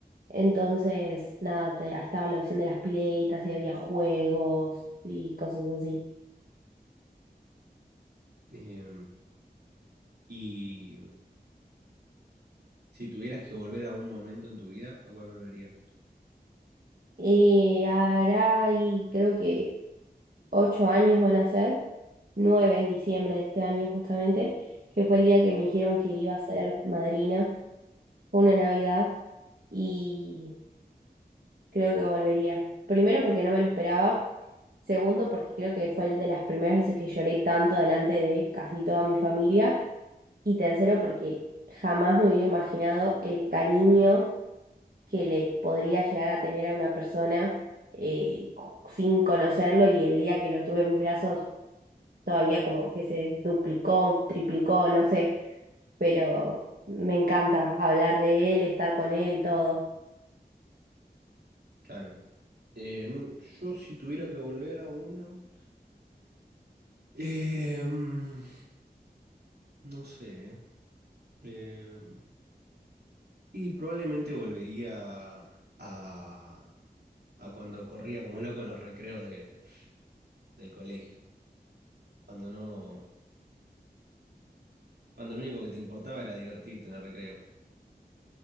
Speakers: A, on the right (about 60°); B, on the right (about 75°).
A: Entonces, nada, te- estaba la opción de las piletas y había juegos y cosas así.
B: Eh, y si tuvieras que volver a un momento en tu vida, ¿a cuál volverías?
A: Y hará, y creo que ocho años van a ser, nueve en diciembre de este año justamente, que fue el día que me dijeron que iba a ser madrina, fue una Navidad. y creo que volvería. Primero porque no me lo esperaba. Segundo porque creo que fue el de las primeras veces que lloré tanto delante de casi toda mi familia. Y tercero porque jamás me hubiera imaginado el cariño que le podría llegar a tener a una persona eh, sin conocerlo y el día que lo tuve en mis brazos todavía como que se duplicó, triplicó, no sé, pero me encanta hablar de él, estar con él, todo.
B: Claro. Em, yo si tuviera que volver a uno, em, no sé. em, y probablemente volvería a, a cuando corría como loco en los recreos de- del colegio, cuando no, cuando lo único que te importaba era divertirte en el recreo.